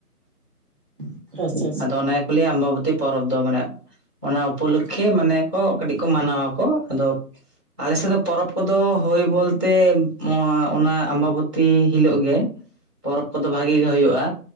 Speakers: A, on the right (about 35°); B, in the centre.
A: ᱟᱪᱪᱷᱟ ᱟᱪᱪᱷᱟ ᱟᱪᱪᱷᱟ
B: ᱟᱫᱚ ᱚᱱᱟ ᱜᱮᱠᱚ ᱞᱟᱹᱭᱟ ᱟᱢᱵᱟᱵᱚᱛᱤ ᱯᱚᱨᱚᱵᱽ ᱫᱚ ᱢᱟᱱᱮ ᱚᱱᱟ ᱩᱯᱚᱞᱚᱠᱠᱷᱮ ᱢᱟᱱᱮ ᱠᱚ ᱠᱟᱹᱴᱤᱡ ᱠᱚ ᱢᱟᱱᱟᱣᱟᱚ ᱟᱫᱚ ᱟᱞ ᱥᱮᱫ ᱫᱚ ᱯᱚᱨᱚᱵᱽ ᱠᱚᱫᱚ ᱦᱩᱭᱳ ᱵᱚᱞᱛᱮ ᱚᱱᱟ ᱟᱢᱵᱟᱵᱚᱛᱤ ᱦᱤᱞᱳᱜ ᱜᱮ ᱯᱚᱨᱚᱵᱽ ᱠᱚᱫᱚ ᱵᱷᱟᱜᱤ ᱜᱮ ᱦᱩᱭᱩᱜᱼᱟ